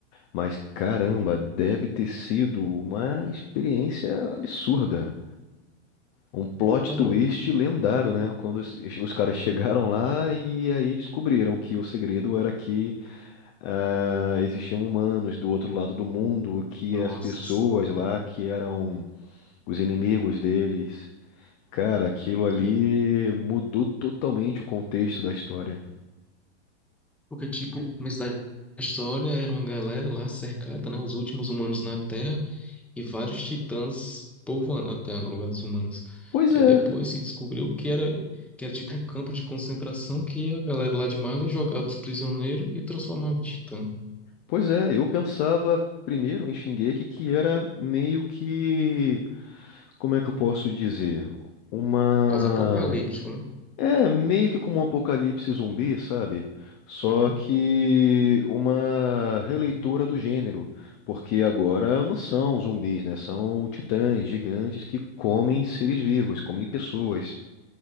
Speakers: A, on the left (about 25°); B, in the centre.
A: Mas caramba, deve ter sido uma experiência absurda. Um plot
B: Mano,
A: twist lendário, né? Quando os, os caras chegaram lá e aí descobriram que o segredo era que ah, existiam humanos do outro lado do mundo, que
B: nossa,
A: as pessoas
B: sim.
A: lá que eram os inimigos deles. Cara, aquilo ali
B: E...
A: mudou totalmente o contexto da história.
B: Porque, tipo, o começo da história era uma galera lá cercada, né? Os últimos humanos na Terra. e vários titãs povoando a Terra no lugar dos humanos.
A: Pois
B: Aí
A: é,
B: depois se descobriu que era, que era tipo um campo de concentração que a galera lá de Marley jogava os prisioneiros e transformava em titã.
A: pois é. Eu pensava primeiro em Shingeki que era meio que, como é que eu posso dizer? Uma
B: Pós-apocalíptico, né?
A: É meio que como um apocalipse zumbi, sabe? Só
B: Uhum.
A: que uma releitura do gênero, porque agora não são zumbis, né? São titãs gigantes que comem seres vivos, comem pessoas.